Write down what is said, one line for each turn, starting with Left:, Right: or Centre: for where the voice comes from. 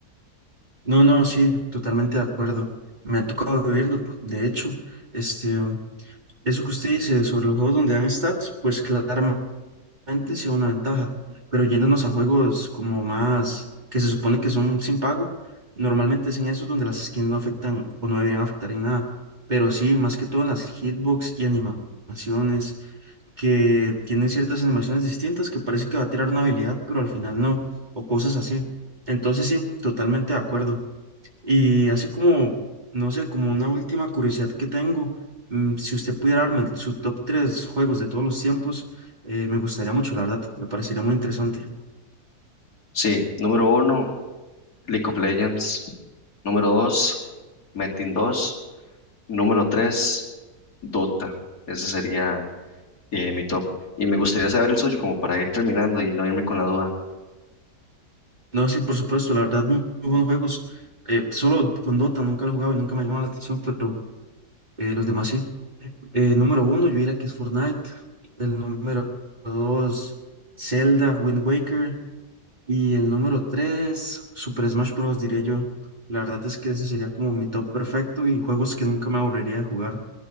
Right: No, no, sí, totalmente de acuerdo. Me ha tocado vivirlo, de hecho. Este, Eso que usted dice sobre los juegos donde dan stats, pues claramente sea una ventaja, pero yéndonos a juegos como más que se supone que son sin pago, normalmente es en esos donde las skins no afectan o no deberían afectar en nada, pero sí, más que todo en las hitbox y animaciones, que tienen ciertas animaciones distintas que parece que va a tirar una habilidad, pero al final no, o cosas así. Entonces sí, totalmente de acuerdo. Y así como, no sé, como una última curiosidad que tengo, mm, si usted pudiera darme el- su top 3 juegos de todos los tiempos, eh, me gustaría mucho, la verdad, me parecería muy interesante.
Left: Sí, número uno, League of Legends. Número dos, Metin 2. Número tres, Dota. Ese sería eh, mi top. Y me gustaría saber el suyo como para ir terminando y no irme con la duda.
Right: No, sí, por supuesto, la verdad, muy, muy buenos juegos. eh, solo con Dota nunca lo he jugado y nunca me ha llamado la atención, pero eh, los demás sí. Eh, número uno, yo diría que es Fortnite. El número dos, Zelda, Wind Waker. Y el número 3 Super Smash Bros. diría yo. La verdad es que ese sería como mi top perfecto y juegos que nunca me aburriría de jugar.